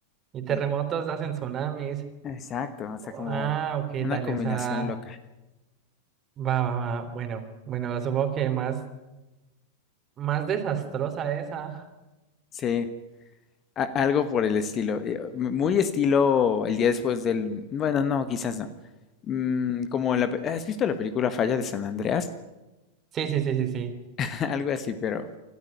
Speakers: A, on the right; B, on the left.
A: Y terremotos
B: Eh,
A: hacen tsunamis.
B: exacto, o sea,
A: Ah,
B: como
A: ok,
B: una
A: dale,
B: combinación
A: o sea,
B: loca.
A: va, va, va. Bueno, bueno, supongo que más, más desastrosa esa.
B: Sí, a- algo por el estilo. eh, m- Muy estilo el día después del... Bueno, no, quizás no. Mm, como la... pe- ¿Has visto la película Falla de San Andreas?
A: Sí, sí, sí, sí, sí.
B: <laughs> Algo así, pero...